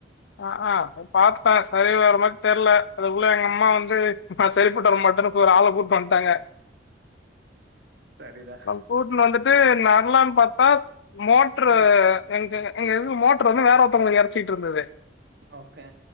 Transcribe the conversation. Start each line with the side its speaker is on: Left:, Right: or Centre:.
Left: ஆ ஆசை பாத்தாங்க சரி வர்ற மாரி தெர்ல அதுக்குள்ள எங்க அம்மா வந்து நா சரிப்பட்டு வர மாட்டேனு போய் ஒரு ஆள கூட்டு வந்ட்டாங்க
Right: சரிதா
Left: ந போட் னு வந்துட்டு நடலான்னு பாத்தா மோட்டரு
Right: ம்
Left: எங்க எங்க இது மோட்டர் வந்து வேற ஒரு மோட்டர் ஒன்னு யெறச்சிட்டு இருந்தது
Right: ஓகே